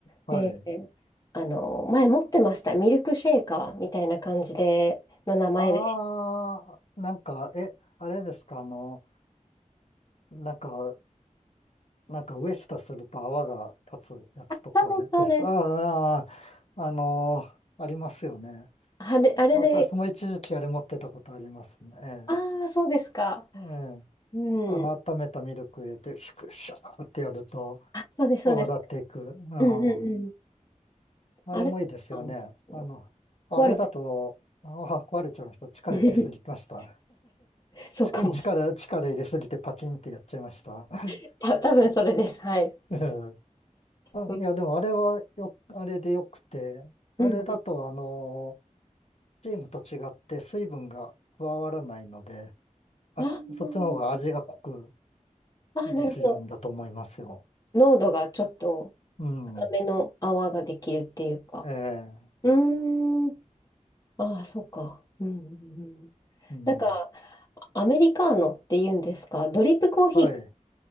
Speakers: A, on the left; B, on the left.
A: はい。
B: で、あの、前持ってました。ミルクシェイカーみたいな感じで、の名前で。
A: ああ、なんか、え、あれですか、あの、なんか、なんか上下すると泡が立つやつとかで、
B: あ、そうです、
A: です。
B: そうです。
A: ああ、あああのーありますよね。
B: あれ、あれで、
A: 私も一時期あれ持ってたことありますね。ええ。
B: ああ、そうですか。
A: ええ
B: うん。
A: あの、温めたミルク入れて、シュクシャーってやると
B: あ、そうです、そうです。
A: 泡立っていく。う
B: うんうんうん。
A: ん。あれもいいですよね。
B: あれなんですけど、
A: あの、あれだと、
B: 壊れて
A: ああ、壊れちゃいました。力入れすぎました。
B: <laughs> そうかもし
A: ち力、力入れすぎてパキンってやっちゃいました。<laughs>
B: れない。た、多分それです。はい。
A: うんあ、
B: うん。
A: いや、でもあれはよ、あれでよくて、あれだと、
B: うん
A: あの、チームと違って水分が加わらないので、あ、
B: あー
A: そっちの方が味が濃く
B: あー、
A: できるんだと思いますよ。
B: なるほど。濃度がちょっと
A: うん。
B: 高めの泡ができるっていうか。
A: ええ、
B: うーん。ああ、そうか。うん、うんうん。
A: うん。
B: なんか、アメリカーノって言うんですか、ドリップコーヒー
A: はい。